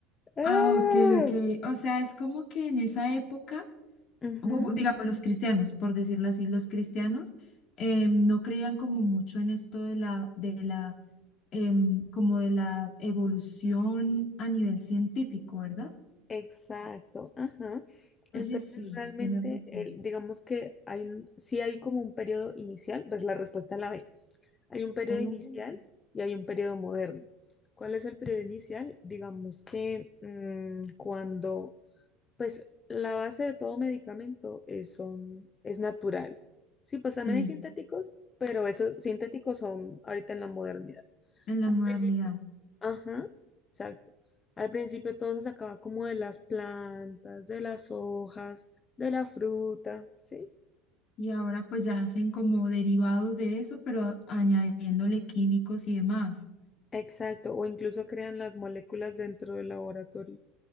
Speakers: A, on the left; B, on the left.
A: ¡Ah!
B: Ah, ok, ok. O sea, es como que en esa época
A: Ujú,
B: bu- digamos, los cristianos, por decirlo así, los cristianos eh, no creían como mucho en esto de la, de la, em, como de la evolución a nivel científico, ¿verdad?
A: exacto, ajá. Entonces
B: Oye, sí,
A: realmente,
B: tienes razón.
A: el, digamos que hay, un- sí hay como un periodo inicial, pues la respuesta la B. Hay un periodo
B: Oh.
A: inicial y hay un periodo moderno. ¿Cuál es el periodo inicial? Digamos que mm, cuando, pues la base de todo medicamento es, son, es natural. Sí, pues también
B: Sí,
A: hay sintéticos, pero esos sintéticos son ahorita en la modernidad.
B: en la
A: Al
B: modernidad.
A: principio, ajá, exacto. Al principio todo se sacaba como de las plantas, de las hojas, de la fruta, ¿sí?
B: Y ahora pues ya hacen como derivados de eso, pero añadiéndole químicos y demás.
A: Exacto, o incluso crean las moléculas dentro del laboratorio.